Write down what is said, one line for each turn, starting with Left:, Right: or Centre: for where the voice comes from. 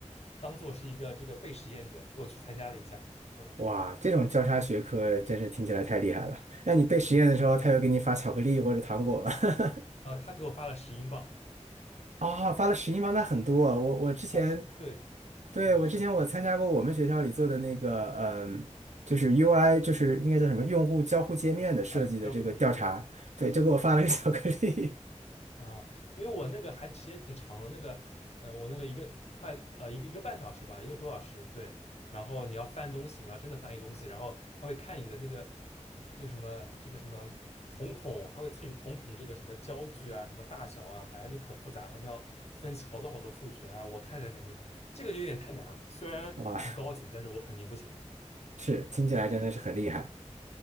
Left: 当做是一个这个被实验者过去参加了一下，嗯，
Right: 哇，这种交叉学科真是听起来太厉害了。那你背实验的时候，
Left: 嗯，
Right: 他又给你发巧克力或者糖果吗？<laughs>
Left: 啊，他给我发了十英镑
Right: 啊、发了十一吗？那很多啊我我之前。
Left: 啊，那很对，
Right: 对，
Left: 嗯，
Right: 我之前我参加过我们学校里做的那个，
Left: 是的，
Right: 嗯，就是 UI，就是应该叫什么用户交互界面的设计的这个调查，
Left: 啊，交互体，对对，
Right: 对，就给我发了个巧克力，
Left: 嗯。啊，因为我那个还时间挺长的，那个，呃，我那个一个快呃一个一个半小时吧，一个多小时，对。然后你要翻东西，你要真的翻译东西，然后他会看你的那个这个什么这个什么瞳孔，他会测你瞳孔这个什么焦距啊，什么大小啊，反正就可复杂，他们要分析好多好多数据啊。我看着感觉这个就有点太难了，虽然很高级，
Right: <laughs> 哇，
Left: 但是我肯定不行。
Right: 是，听起来真的是很厉害。